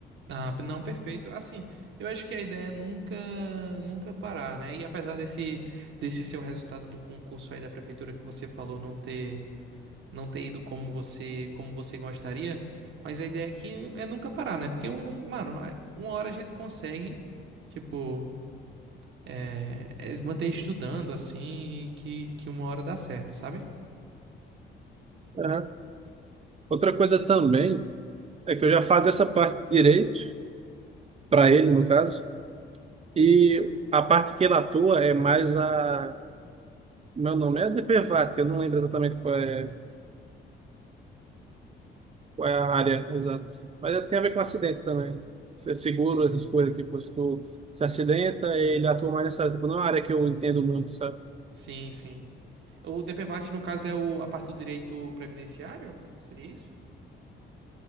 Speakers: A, on the right; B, on the right.
A: Ah, p- não, perfeito. Assim, eu acho que a ideia é nunca, nunca parar, né? E apesar desse, desse seu resultado do concurso aí da prefeitura que você falou não ter, não ter ido como você, como você gostaria, mas a ideia aqui é que é nunca parar, né? Porque um, mano, é, uma hora a gente consegue, tipo, é, é manter estudando assim e que, que uma hora dá certo, sabe?
B: Aham. Outra coisa também é que eu já fazia essa parte de direito, para ele, no caso, e a parte que ele atua é mais a Meu nome é DPVAT, eu não lembro exatamente qual é, qual é a área exata. Mas é- tem a ver com acidente também. Você seguro, essas coisas, tipo, se tu se acidenta, ele atua mais nessa área. Tipo, não é uma área que eu entendo muito, sabe?
A: Sim, sim. O DPVAT, no caso, é o, a parte do direito previdenciário? Seria isso?